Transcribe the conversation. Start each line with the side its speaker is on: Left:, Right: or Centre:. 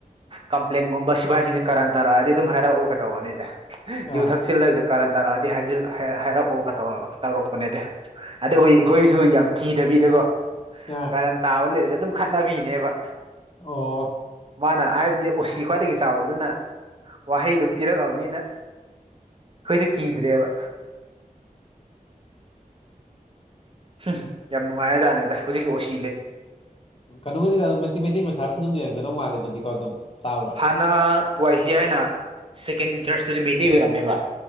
Right: ꯀꯝꯄ꯭ꯂꯦꯟꯒꯨꯝꯕ ꯁꯤꯐꯥꯏꯁꯤꯡꯁꯦ ꯀꯔ ꯇꯔꯒ ꯑꯗꯨꯝ ꯍꯥꯏꯔꯛꯎꯒ ꯇꯧꯕꯔꯅꯤꯗ
Left: ꯑꯥ
Right: ꯌꯨ ꯊꯛꯆꯤꯜꯂꯒ ꯀꯔꯟ ꯇꯥꯔꯛꯑꯗꯤ ꯍꯥꯏꯔꯛꯎꯒ ꯇꯧꯔꯛꯄꯅꯦꯗꯤ ꯑꯖꯤ ꯑꯩꯈꯣꯏꯁꯨ ꯌꯥꯝ ꯀꯤꯗ ꯕꯤꯗꯣ
Left: ꯑꯥ
Right: ꯀꯔꯟ ꯇꯥꯕ ꯂꯩꯔꯁꯨꯦ ꯑꯗꯨꯝ ꯈꯠꯅꯕꯤꯅꯦꯕ
Left: ꯑꯣ
Right: ꯃꯥꯅ ꯍꯥꯏꯕꯗꯤ ꯎꯁꯤ ꯈ꯭ꯋꯥꯏꯗꯒꯤ ꯆꯥꯎꯕꯗꯨꯅ ꯋꯥꯍꯩꯗꯨꯣ ꯄꯤꯔꯛꯑꯕꯅꯤꯅ ꯍꯧꯣꯏꯁꯨꯦ ꯀꯤꯗ꯭ꯔꯦꯕ ꯎꯝ ꯌꯥꯝ ꯅꯨꯡꯉꯥꯏꯔ ꯖꯥꯠꯅꯦꯗ ꯍꯧꯖꯤꯛꯀꯤ ꯑꯣꯏ
Left: ꯀꯩꯅꯣꯒꯗꯤꯗꯝ ꯃꯩꯇꯩ ꯃꯩꯇꯩ ꯃꯆꯥꯁꯨ ꯑꯗꯨꯝ ꯂꯩꯔꯝꯒꯗꯧ ꯃꯥꯜꯂꯦ ꯑꯗꯨꯗꯤꯀꯣ ꯑꯗꯨꯝ ꯇꯥꯕ꯭ꯔꯣ
Right: ꯍꯥꯟꯅ ꯇꯨꯏꯁꯤ ꯍꯥꯏꯅ ꯁꯦꯀꯦꯟ ꯏꯟꯇꯔꯁꯇꯨꯗꯤ ꯃꯩꯇꯤꯡ ꯑꯣꯏꯔꯝꯃꯦꯕ